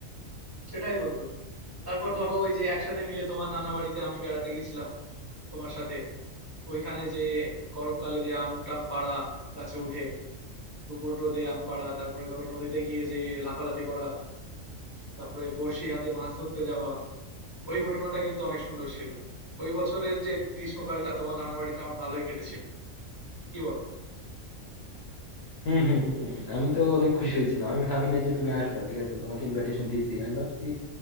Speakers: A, on the right; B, on the left.
A: সেটাই বন্ধু তারপর ধরো ওই যে একসাথে মিলে তোমার নানা বাড়িতে আমি বেড়াতে গিয়েছিলাম তোমার সাথে ওইখানে যে গরমকালে যে আম টাম পাড়া গাছে উঠে দুপুর রোদে আম পাড়া, তারপরে ধরো নদীতে গিয়ে যে লাফালাফি করা, তারপরে বড়শি হাতে মাছ ধরতে যাওয়া, ওই ঘটনাটা কিন্তু অনেক সুন্দর ছিল। ওই বছরের যে গ্রীষ্মকালটা তোমার নানা বাড়িতে আমার ভালোই কেটেছিল। কি বলো?
B: হম হম হম আমি তো অনেক খুশি হয়েছিলাম আমি ভাবি নাই যে তুমি আসবা ঠিক আছে তোমাকে ইনভাইটেশন দিয়েছি আমি ভাবছি